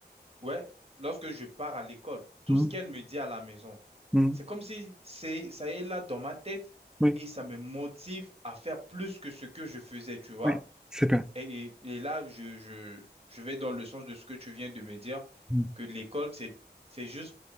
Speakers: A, on the right (about 35°); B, in the centre.
A: Ouais, lorsque je pars à l'école, tout
B: Mhm.
A: ce qu'elle me dit à la maison,
B: Mhm.
A: c'est comme si c'est, ça est là dans ma tête
B: Oui,
A: et ça me motive à faire plus que ce que je faisais, tu vois.
B: oui, c'est bien.
A: Et, et- et là, je, je, je vais dans le sens de ce que tu viens de me dire,
B: Mhm.
A: que l'école, c'est, c'est juste